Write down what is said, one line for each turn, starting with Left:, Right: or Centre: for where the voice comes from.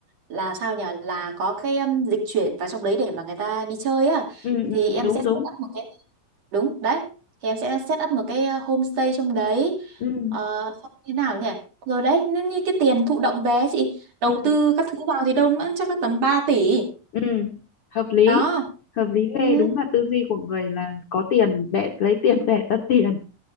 Right: là sao nhỉ? Là có cái um, dịch chuyển vào trong đấy để mà người ta đi chơi á
Left: Ừ. ừ,
Right: thì em
Left: đúng
Right: sẽ set
Left: đúng
Right: up một cái đúng đấy. Thì em sẽ set up một cái ờ, homestay trong đấy.
Left: ừ.
Right: Ờ xong thế nào nhỉ? Rồi đấy, nếu như cái tiền thụ động về ấy chị đầu
Left: Ừ.
Right: tư các thứ vào thì đâu nữa chắc là tầm 3 tỷ.
Left: ừ hợp lý
Right: đó
Left: hợp lý ghê
Right: ừ,
Left: đúng là tư duy của người là có tiền để lấy tiền để ra tiền